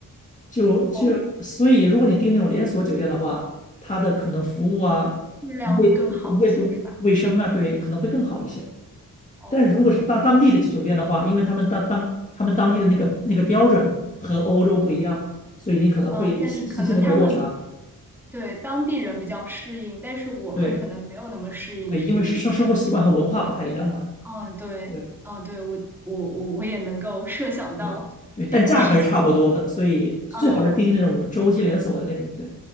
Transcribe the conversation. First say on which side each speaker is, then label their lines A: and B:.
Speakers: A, on the left; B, in the centre.
A: 就就所以，
B: 哦，
A: 如果你订那种连锁酒店的话，它的可能服务啊、
B: 质量会更好一些是吧？
A: 卫卫的卫生啊，对，可能会更好一些。
B: 哦，
A: 但是如果是到当地的酒店的话，因为他们当当他们当地的那个那个标准和欧洲不一样，所以你可能会心心里会有落差。
B: 嗯，但是可能他们对当地人比较适应，但是我们可能没有那么适应，
A: 对，对，
B: 是这个意思。
A: 因为生生活习惯和文化不太一样吧。
B: 吧？嗯，对，
A: 对
B: 嗯，对，我我我我也能够设想到这种事情，
A: 对对，但价格是差不多的，所以最好是订那种洲际连锁的那种，
B: 嗯，
A: 对，